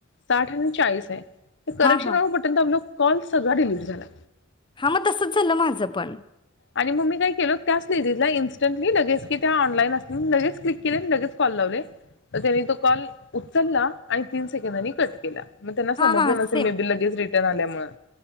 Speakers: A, on the left (about 60°); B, on the left (about 25°).
A: साठ आणि चाळीस आहे. तर करेक्शन
B: हा हा
A: बटन दाबले कॉल सगळा डिलीट झाला‌.
B: हा मग तसंच झालं माझ पण
A: आणि मग मी काय केल त्याच लेडीजला इन्स्टंटली लगेच की, त्या ऑनलाईन असल्या लगेच क्लिक केले लगेच कॉल लावले तर त्यानी तो कॉल उचलला आणि तीन सेकंदनी कट केला मग त्यांना
B: हा
A: समजलं
B: हा
A: नसेल
B: सेम
A: मे बी लगेच रे त्या राहण्यामुळं